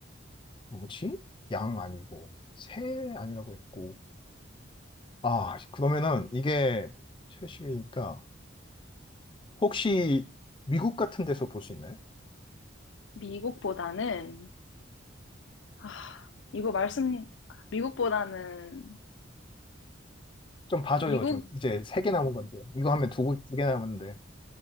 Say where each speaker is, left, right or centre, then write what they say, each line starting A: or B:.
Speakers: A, on the left; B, on the left.
A: 뭐지? 양 아니고, 새 아니라고 했고. 아, 그러면은 이게 채식이니까 혹시 미국 같은 데서 볼 수 있나요?
B: 미국보다는 아, 이거 말씀, 미국보다는,
A: 좀 봐줘요.
B: 미국,
A: 좀 이제 세 개 남은 건데. 이거 하면 두, 개- 두개 남았는데.